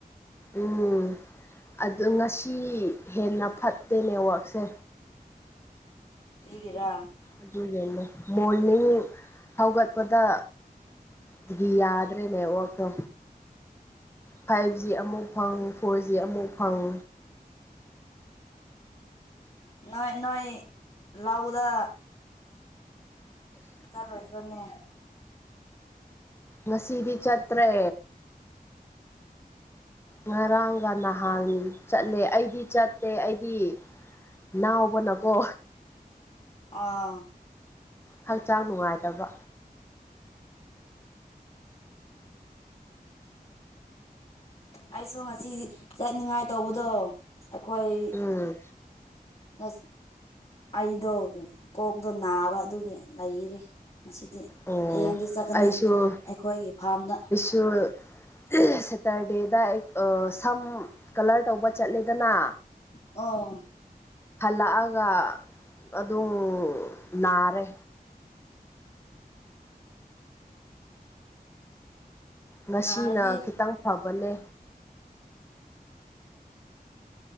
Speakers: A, on the left; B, on the left.
A: ꯎꯨꯝ ꯑꯗꯨ ꯉꯁꯤ ꯍꯦꯟꯅ ꯐꯠꯇꯦ ꯅꯦꯠꯋꯛꯁꯦ
B: ꯀ꯭ꯔꯤꯒꯤꯔꯥ
A: ꯑꯗꯨꯒꯤꯅꯦ ꯃꯣꯔꯅꯤꯡ ꯍꯧꯒꯠꯄꯗ ꯗꯒꯤ ꯌꯥꯗ꯭ꯔꯦ ꯅꯦꯠꯋꯥꯛꯇꯣ ꯐꯥꯏꯚ ꯖꯤ ꯑꯃꯨꯛ ꯐꯪ ꯐꯣꯔ ꯖꯤ ꯑꯃꯨꯛ ꯐꯪ
B: ꯅꯣꯏ ꯅꯣꯏ ꯂꯥꯎꯗ ꯆꯠꯂꯣꯏꯗ꯭ꯔꯣꯅꯦ
A: ꯉꯁꯤꯗꯤ ꯆꯠꯇ꯭ꯔꯦ ꯉꯔꯥꯡꯒ ꯅꯍꯥꯟ ꯆꯠꯂꯦ ꯑꯩꯗꯤ ꯆꯠꯇꯦ ꯑꯩꯗꯤ ꯅꯥꯎꯕꯅꯀꯣ
B: ꯑꯣ
A: ꯍꯛꯆꯥꯡ ꯅꯨꯡꯉꯥꯏꯇꯕ
B: ꯑꯩꯁꯨ ꯉꯁꯤ ꯆꯠꯅꯤꯡꯉꯥꯏ ꯇꯧꯕꯗꯣ ꯑꯩꯈꯣꯏ
A: ꯎꯝ
B: ꯑꯁ ꯑꯩꯗꯣ ꯀꯣꯛꯇꯣ ꯅꯥꯕ ꯑꯗꯨꯒꯤ ꯂꯩꯔꯤ ꯉꯁꯤꯗꯤ
A: ꯑꯣ
B: ꯍꯌꯦꯡꯗꯤ ꯆꯠꯀꯅꯤ
A: ꯑꯩꯁꯨ
B: ꯑꯩꯈꯣꯏꯒꯤ ꯐꯥꯔꯝꯗ
A: <unintelligible> ꯁꯦꯇꯔꯗꯦꯗ ꯑꯩ ꯑꯥ ꯁꯝ ꯀꯂꯔ ꯇꯧꯕ ꯆꯠꯂꯦꯗꯅ
B: ꯑꯣ
A: ꯍꯜꯂꯛꯑꯒ ꯑꯗꯨ ꯅꯥꯔꯦ ꯉꯁꯤꯅ
B: ꯅꯍꯥꯟꯗꯤ
A: ꯈꯤꯇꯪ ꯐꯕꯅꯦ